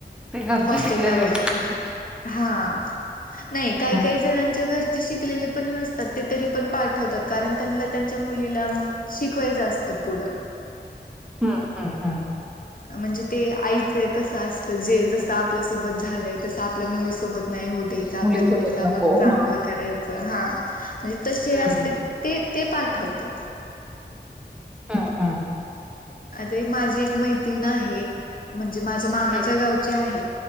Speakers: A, in the centre; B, on the left (about 50°).
A: ते घरचे
B: हॉस्टेला
A: शिकलेले
B: वगैरे
A: असतील ते.
B: हा नाही काही
A: हं,
B: काही जणांच्या
A: हं.
B: घरचे शिकलेले पण नसतात ते तरी पण पाठवतात कारण त्यांनला त्यांच्या मुलीला मग शिकवायच असत पुढं
A: हुं हुं हुं
B: म्हणजे ते आईचं कस असत जे जसं आपल्यासोबत झालंय तसं आपल्या मुलीसोबत नाही होऊ द्यायचं आपल्या
A: मुलीसोबत
B: मुलीच आपण
A: नको.
B: चांगलं
A: हां.
B: करायच हा म्हणजे तशी
A: हं,
B: असत्यात ते ते पाठवतात.
A: हा हा
B: आता एक माझी एक मैत्रीण आहे., म्हणजे माझ्या मामाच्या
A: हं,
B: गावची आहे.